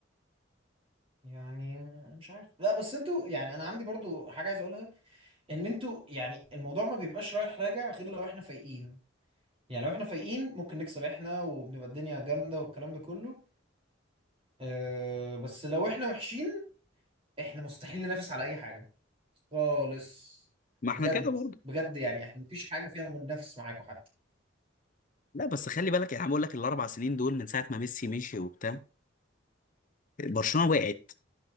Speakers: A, on the right; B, on the left.
A: يعني مش عارف لا بس انتوا يعني انا عندي برضو حاجه عايز اقولها ان انتوا يعني الموضوع ما بيبقاش رايح راجع غير لو احنا فايقين يعني لو احنا فايقين ممكن نكسب احنا وبنبقى الدنيا جامده والكلام ده كله أه بس لو احنا وحشين احنا مستحيل ننافس على اي حاجه خالص
B: ما احنا
A: بجد
B: كده برضه
A: بجد يعني احنا مفيش حاجة فيها بننافس معاكم حتى
B: لا بس خلي بالك يعني أنا بقول لك الاربع سنين دول من ساعة ما ميسي مشي وبتاع برشلونة وقعت